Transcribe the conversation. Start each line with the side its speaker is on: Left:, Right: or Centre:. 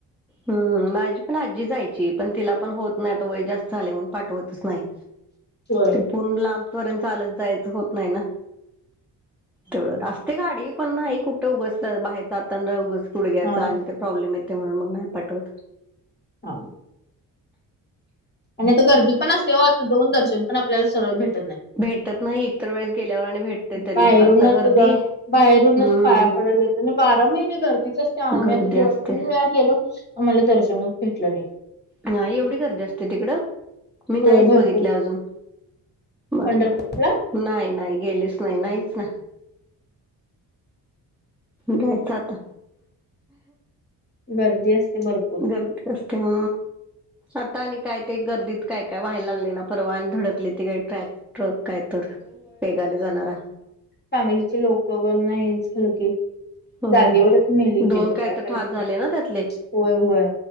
Centre: हम्म माझी पण आजी जायची पण तिला पण होत नाही आता वय जास्त झाले म्हणून पाठवतच नाही
Left: होर
Centre: पण लांबचपर्यंत चालत जायचं होत नाही ना तेवढं असते गाडी पण नाही कुठं उग बाहेर जाताना उग पुढे
Left: हा
Centre: आणि ते प्रॉब्लेम येते म्हणून मग नाही पाठवत
Left: हो आणि आता गर्दी पण असते हो आता दोन दर्शन पण आपल्याला सर्व भेट
Centre: भेटत नाही इतर वेळेस गेल्यावर आणि भेटते तरी
Left: बाहेरूनच
Centre: आता गर्दी
Left: बाहेरूनच
Centre: हम्म
Left: पाया पडले आणि बारा महिने गर्दीच असत्या आम्ही
Centre: गर्दी
Left: आता दोन
Centre: असते
Left: तीन वेळा गेलो आम्हाला दर्शनच भेटलं नाही.
Centre: नाही एवढी गर्दी असत्या तिकडं? मी नाहीच
Left: होय भरपूर
Centre: बघितले अजून मला
Left: पंढरपूरला
Centre: नाही नाही गेलेच नाही नाहीच ना घायच आता
Left: गर्दी असते भरपूर
Centre: गर्दी असते ह आता आणि काय ते गर्दीत काय काय व्हायला लागले ना परवा आणि धडकले ते काही ट्रॅक ट्रक काय तर पेगाने जाणारा
Left: चांगलीचे लोक नाही झाल की
Centre: होय
Left: जागेवरच मेलिक
Centre: दोन
Left: घेत काय
Centre: तर
Left: करायचं
Centre: ठार झाले ना त्यातले
Left: होय होय